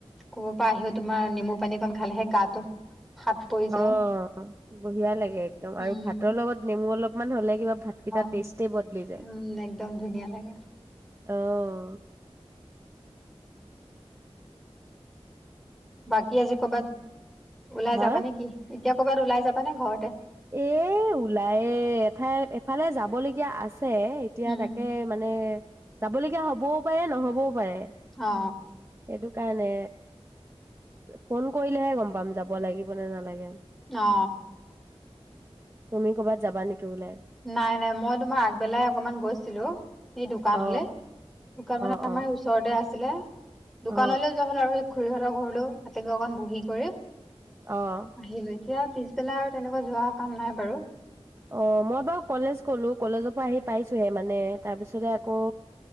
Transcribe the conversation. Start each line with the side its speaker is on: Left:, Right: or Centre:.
Centre: কবা পা আহিও তোমাৰ নেমু পানীকণ খালেহে গাটো সাত পৰি যায়
Right: অ বঢ়িয়া লাগে একদম
Centre: উম
Right: আৰু ভাতৰ লগত নেমু অলপমান হ'লে কিবা ভাত গিতা
Centre: হয়
Right: টেষ্টে বদলি যায়
Centre: উম একদম ধুনীয়া লাগে
Right: অহ
Centre: বাকী আজি কবাত ওলাই
Right: হা
Centre: যাবা নে কি এতিয়া ক'বাত ওলাই যাবানে ঘৰতে
Right: এ ওলায়ে এঠাই এফালে যাব লগীয়া আছে। এতিয়া
Centre: উম
Right: তাকে
Centre: উম
Right: মানে যাবলগীয়া হবও পাৰে নহ'বও পাৰে।
Centre: অ অ
Right: সেইটো কাৰণে ফোন কৰিলেহে গম পাম যাব লাগিব নে নালাগে।
Centre: অ
Right: তুমি ক'বাত যাবা নেকি ওলাই।
Centre: নাই নাই মই তোমাৰ আগবেলাই অকমান গৈছিলো এই দোকানলে
Right: অ
Centre: দোকান
Right: অ
Centre: মানে আমাৰ
Right: অ
Centre: ওচৰতে আছিলে দোকানলৈও
Right: অ
Centre: যোৱা হল আৰু খুৰীহঁতৰ ঘৰলৈও তাতে গৈ অকণ বহি কৰি
Right: অ
Centre: আহিলোঁ এতিয়া পিছবেলা আৰু তেনেকুৱা যোৱা কাম নাই বাৰু।
Right: অ মই বাৰু কলেজ গলো কলেজৰ পৰা আহি পাইছোহে মানে তাৰপিছতে আকৌ